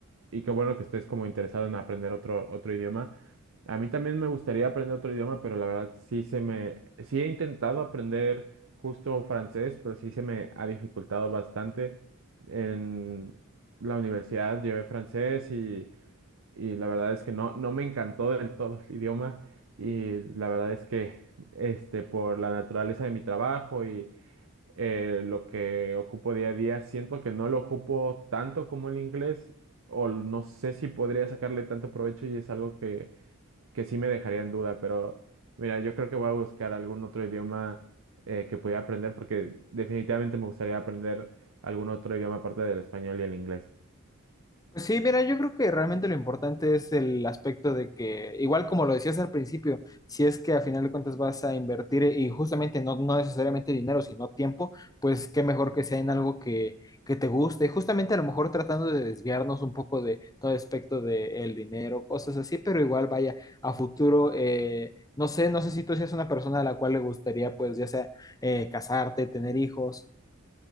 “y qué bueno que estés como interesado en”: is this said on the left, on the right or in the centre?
Right